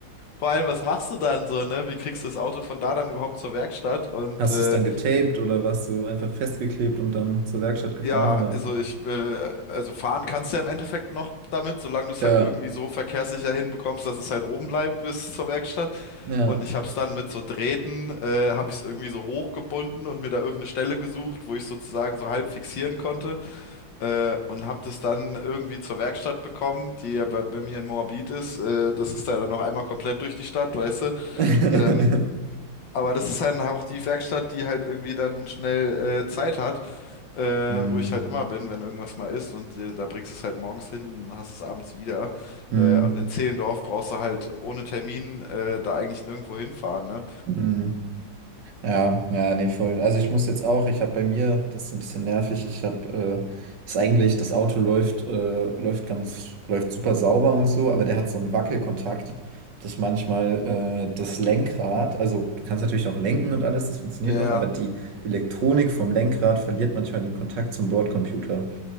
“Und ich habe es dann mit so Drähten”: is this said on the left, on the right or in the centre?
Left